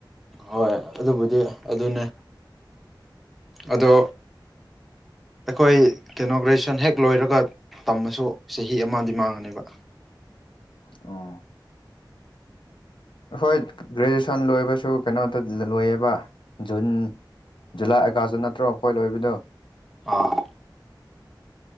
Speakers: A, in the centre; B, on the left (about 85°).
A: ꯍꯣꯏ ꯑꯗꯨꯕꯨꯗꯤ ꯑꯗꯨꯅꯦ ꯑꯗꯣ ꯑꯩꯈꯣꯏ ꯀꯩꯅꯣ ꯒ꯭ꯔꯦꯖꯨꯋꯦꯁꯟ ꯍꯦꯛ ꯂꯣꯏꯔꯒ ꯇꯝꯃꯁꯨ ꯆꯍꯤ ꯑꯃꯗꯤ ꯃꯥꯡꯉꯅꯦꯕ
B: ꯑꯣ ꯑꯈꯣꯏ ꯒ꯭ꯔꯦꯖꯨꯑꯦꯁꯟ ꯂꯣꯏꯕꯁꯨ ꯀꯩꯅꯣꯗ ꯂꯣꯏꯌꯦꯕ ꯖꯨꯟ ꯖꯨꯂꯥꯏ ꯑꯥꯒꯁꯠꯇ ꯅꯠꯇ꯭ꯔꯣ ꯑꯩꯈꯣꯏ ꯂꯣꯏꯕꯗꯣ
A: ꯑꯥ